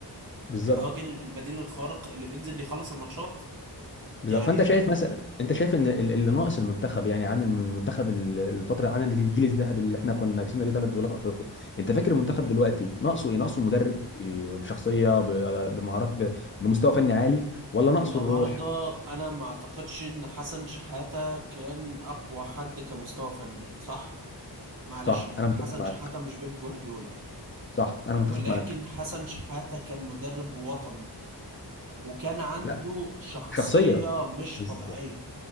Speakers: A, on the left (about 30°); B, on the right (about 50°).
A: بالظبط
B: الراجل البديل الخارق اللي بينزل يخلص الماتشات
A: بالظبط.
B: يعني
A: فانت شايف مثلا انت شايف ان ال- اللي ناقص المنتخب يعني عن المنتخب ال- الفتره عن الجيل الذهبي اللي احنا كنا كسبنا بيه ثلاث دوريات افريقيا انت فاكر المنتخب دلوقتي ناقصه ايه ناقصه مدرب إيه، بشخصيه ب- بمهارات ب- بمستوى فني عالي ولا ناقصه
B: النهارده
A: الروح
B: انا ما اعتقدش ان حسن شحاته كان اقوى حد كمستوى فني صح معلش
A: صح انا متفق
B: حسن
A: معاك
B: شحاته مش بيب جوارديولا يعني
A: صح انا متفق
B: ولكن
A: معاك
B: حسن شحاتة كان مدرب وطني وكان عنده
A: لا
B: شخصية
A: شخصيه
B: مش
A: بالظبط
B: طبيعية